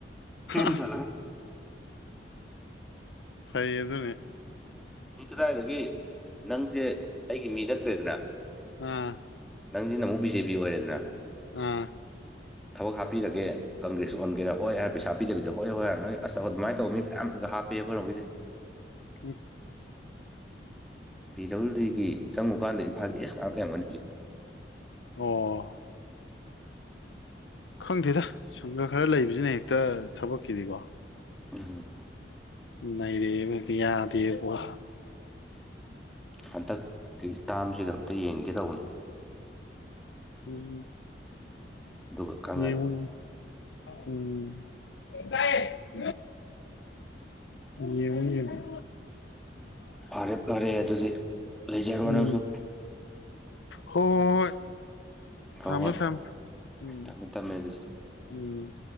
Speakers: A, in the centre; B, on the left.
A: ꯐꯦꯝ
B: ꯑꯁ
A: ꯆꯂꯒ
B: ꯐꯩ ꯑꯗꯨꯅ ꯍꯦꯛ
A: ꯀꯗꯥꯏꯗꯒꯤ ꯅꯪꯁꯦ ꯑꯩꯒꯤ ꯃꯤ ꯅꯠꯇ꯭ꯔꯦꯗꯅ
B: ꯑꯥ
A: ꯅꯪꯁꯤꯅ ꯑꯃꯨꯛ ꯕꯤ ꯖꯦ ꯄꯤ ꯑꯣꯏꯔꯦꯗꯅ
B: ꯎꯝ
A: ꯊꯕꯛ ꯍꯥꯞꯄꯤꯔꯒꯦ ꯀꯪꯒꯔꯦꯖ ꯑꯣꯟꯒꯦꯔꯥ ꯍꯣꯏ ꯍꯥꯏꯔ ꯄꯩꯁꯥ ꯄꯤꯗꯕꯤꯗ ꯍꯣꯏ ꯍꯣꯏ ꯍꯥꯏꯔ ꯑꯁ ꯑ ꯑꯗꯨꯃꯥꯏ ꯇꯧꯕ ꯃꯤ ꯃꯌꯥꯝꯝꯒ ꯍꯥꯄꯦꯍꯦ ꯑꯩꯈꯣꯏꯔꯣꯝꯒꯤꯗꯤ
B: <unintelligible>
A: ꯄꯤ ꯗꯕ꯭ꯂꯤꯌꯨ ꯗꯤꯒꯤ ꯆꯪꯉꯨꯀꯥꯟꯗ ꯏꯝꯐꯥꯜꯒꯤ ꯏꯁ ꯉꯥꯛ ꯂꯩꯔꯝꯒꯅꯤ ꯍꯧꯖꯤꯛ
B: ꯑꯣ ꯈꯪꯗꯦꯗ ꯁꯪꯒ ꯈꯔ ꯂꯩꯕꯁꯤꯅ ꯍꯦꯛꯇ ꯊꯕꯛꯀꯤꯗꯤꯀꯣ
A: ꯎꯝ
B: ꯅꯩꯔꯛꯑꯦꯕ ꯍꯦꯛꯇ ꯌꯥꯗꯦꯕ
A: ꯍꯟꯗꯛꯀꯤ ꯇꯥꯝꯁꯤꯒ ꯑꯃꯇ ꯌꯦꯡꯒꯦ ꯇꯧꯕꯅꯦ
B: ꯎꯝ
A: ꯑꯗꯨꯒ ꯈꯪꯉꯅꯤ
B: ꯌꯦꯉꯣ ꯎꯝ ꯇꯥꯏꯌꯦ <inaudible> ꯌꯦꯉꯣ ꯌꯦꯉꯣ
A: ꯐꯔꯦ ꯐꯔꯦ ꯑꯗꯨꯗꯤ ꯂꯩꯖꯔꯣ
B: ꯎꯝ
A: ꯅꯪꯁꯨ
B: ꯍꯣꯢ
A: ꯍꯣꯏ
B: ꯊꯝꯃꯦ
A: ꯍꯣꯏ
B: ꯊꯝꯃꯦ ꯎꯝ
A: ꯊꯝꯃꯦ ꯊꯝꯃꯦ ꯑꯗꯨꯗꯤ
B: ꯎꯝ